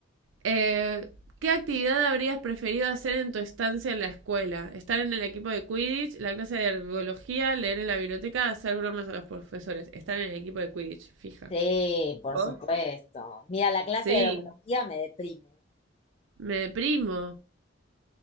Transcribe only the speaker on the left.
Sí, por
supuesto. Mira, la clase
de herbología me deprime.